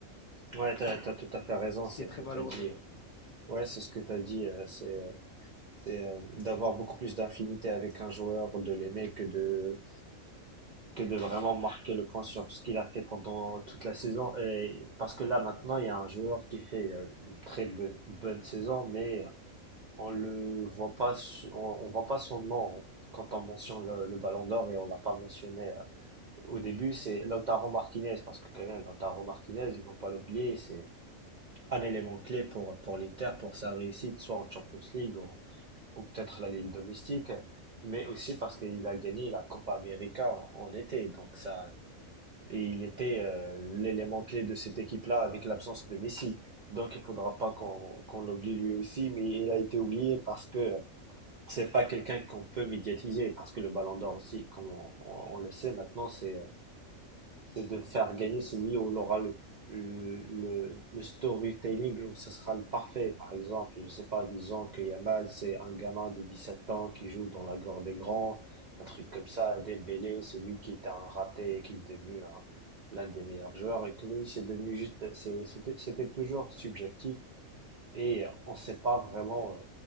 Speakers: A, on the right; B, on the left.
A: Ouais, t'as, t'as tout à fait raison,
B: ce
A: c'est
B: qui est très
A: comme
B: malheureux
A: t'as dit.
B: d'ailleurs.
A: euh, Ouais, c'est ce que t'as dit, euh, c'est, euh, c'est euh, d'avoir beaucoup plus d'infinité avec un joueur, de l'aimer que de que de vraiment marquer le point sur ce qu'il a fait pendant toute la saison. Et parce que là, maintenant, il y a un joueur qui fait euh, une très bonne, bonne saison, mais on le voit pas, su- on, on voit pas son nom quand on mentionne le, le Ballon d'Or et on l'a pas mentionné euh, au début. C'est Lautaro Martinez parce que quand même, Lautaro Martinez, il faut pas l'oublier, c'est un élément clé pour pour l'Inter pour sa réussite, soit en Champions League ou, ou peut-être la Ligue domestique mais aussi parce qu'il a gagné la Copa América en, en été. Donc ça, et il était euh, l'élément clé de cette équipe-là avec l'absence de Messi. Donc il faudra pas qu'on qu'on l'oublie lui aussi, mais il a été oublié parce que euh, c'est pas quelqu'un qu'on peut médiatiser, parce que le Ballon d'Or aussi, comme on, on- on le sait maintenant, c'est euh, c'est de faire gagner celui où il aura le, le, le le storytelling, où ça sera le parfait. Par exemple, je sais pas, disons que Yamal, c'est un gamin de 17 ans qui joue dans la gore des grands, un truc comme ça, Dembélé, celui qui était un raté et qui est devenu un- l'un des meilleurs joueurs. Et que lui, c'est devenu juste, c'est- c'était c'était toujours subjectif. Et euh, on ne sait pas vraiment euh,